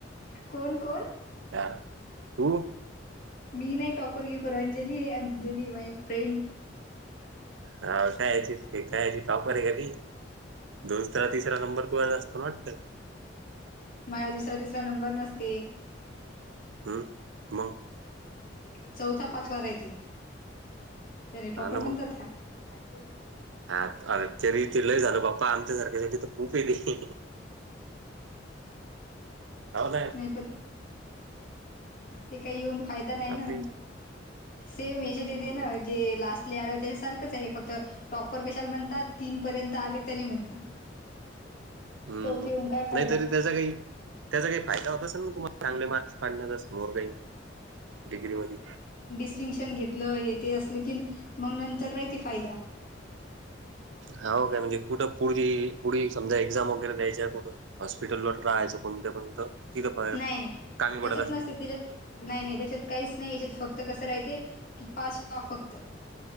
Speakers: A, on the left (about 50°); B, on the right (about 85°).
A: कोण कोण.
B: यार तू.
A: मी नाही टॉपर की युवर अंजली है अंजली माय फ्रेड.
B: हा काय यायची काय टॉपर आहे का ती, दुसरा तिसरा नंबर तुझाचं असतो. मंट
A: माझं दुसऱ्या तिसरा नंबर नसते.
B: हम्म मग.
A: चौथा पाचवा राहती, त्याने टॉपर
B: हा ना मग
A: बनतात का? भाजी कोणती खाजी.
B: हा अरे तरी ते लय झालं बाप्पा, आमच्यासारख्यानसाठी तर खूप ये ते. हो कां.
A: नाही पण ते काही येऊन फायदा नाही ना,
B: आपली
A: सेम याच्यातिथे
B: हम्म
A: ना जे लास्ट. <unintelligible> त्याच्या सारखंच आहे फक्त टॉपर कशाला म्हणतात. तीन पर्यंत आले तेले म्हणतात.
B: हम्..
A: चौथे येऊन काय फायदा
B: नाहीतरी त्याचा काही, त्याचा काही फायदा होता असेल ना, तुम्हाला चांगले मार्क. <unintelligible> डिग्री मध्ये.
A: डिस्टिंशन घेतलं हे ते असलं की, मग नंतर राहते फायदा.
B: हा हो काय म्हणजे, कुठं पुढ पुढे समजा एक्झाम वगैरे द्यायचीय कुठं. हॉस्पिटलवर ट्राय असं, कोणतं कोणत तिथं
A: नाही, नाही
B: कामी पडत
A: त्याच्यात
B: असेन
A: नसते
B: ते.
A: त्याच्यात नाही नाही तेच्यात काहीच नाही, याच्यात फक्त कसं राहते की पास व्हां फक्त.